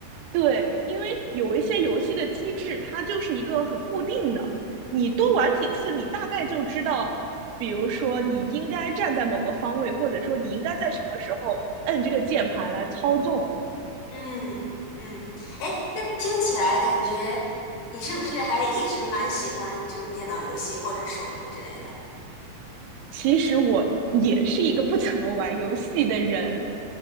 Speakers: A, on the right (about 80°); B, on the left (about 75°).
A: 对，因为有一些游戏的机制，它就是一个很固定的，你多玩几次，你大概就知道，比如说你应该站在某个方位，或者说你应该在什么时候摁这个键盘来操纵。
B: 嗯嗯，哎，那听起来感觉你是不是还一直蛮喜欢这种电脑游戏或者是手游之类的？
A: 其实我也是一个不怎么玩游戏的人，